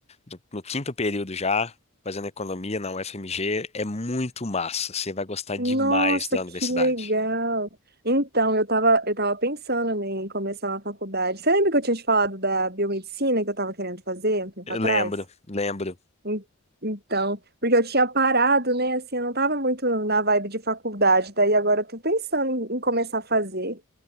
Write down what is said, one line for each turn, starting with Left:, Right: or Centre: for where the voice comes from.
Left: no no quinto período já, fazendo economia na UFMG. É muito massa, você vai gostar demais
Right: Nossa,
Left: da
Right: que
Left: universidade.
Right: legal! Então, eu tava, eu tava pensando, né, em começar uma faculdade. Você lembra que eu tinha te falado da biomedicina que eu tava querendo fazer um tempo
Left: Eu
Right: atrás?
Left: lembro, lembro.
Right: En- Então, porque eu tinha parado, né? Assim, eu não tava muito na vibe de faculdade, daí agora eu tô pensando em em começar a fazer.